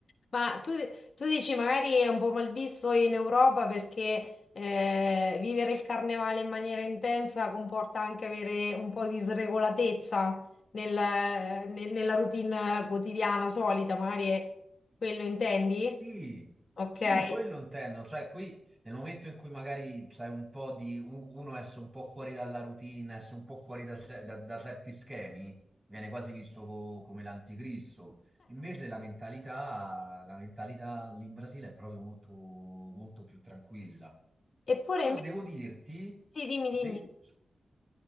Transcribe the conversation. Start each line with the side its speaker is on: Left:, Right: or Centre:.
Left: Ma tu, tu dici magari è un po' malvisto in Europa perché eh, vivere il carnevale in maniera intensa comporta anche avere un po' di sregolatezza nel- nel- nella routine quotidiana solita, magari è quello intendi?
Right: Sì,
Left: Ok.
Right: sì, quello intendo, cioè qui nel momento in cui magari c'è un po' di u- uno esce un po' fuori dalla routine, esce un po' fuori da, ce- da- da certi schemi, viene quasi visto co- come l'anticristo. Invece la mentalità, la mentalità lì in Brasile è proprio molto, molto più tranquilla.
Left: Eppure
Right: Però
Left: invece,
Right: devo dirti,
Left: sì, dimmi,
Right: sì,
Left: dimmi,